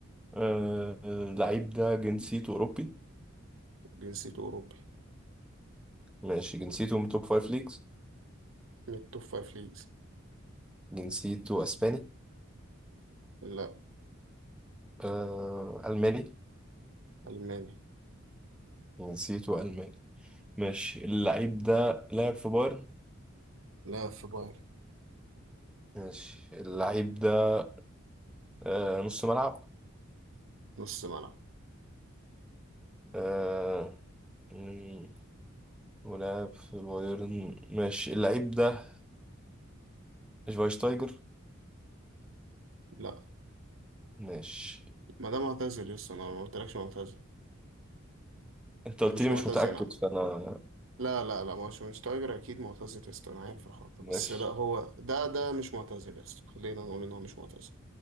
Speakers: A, in the centre; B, on the right.
A: آه آه، اللعيب ده جنسيته أوروبي
B: جنسيته اوروبي
A: ماشي جنسيته من توب فايف ليجز
B: من التوب فايف ليجز
A: جنسيته أسباني
B: لا
A: آه ألماني
B: الماني
A: جنسيته ألماني ماشي اللعيب ده لعب في بايرن
B: لا في بايرن
A: ماشي اللعيب ده آه نص ملعب
B: نص ملعب
A: آه مم، ولعب في بايرن ماشي اللعيب ده شفايشتايجر
B: لا
A: ماشي
B: ما ده معتزل لسه انا ما قلتلكش معتزل
A: انت قلت
B: مش
A: لي
B: معتزل
A: مش متأكد
B: انا عمد.
A: فانا
B: لا لا لا مش مش تايجر اكيد معتزل لسه انا عارف الحوار ده
A: ماشي
B: بس لا هو ده ده مش معتزل لسه خلينا نقول ان هو مش معتزل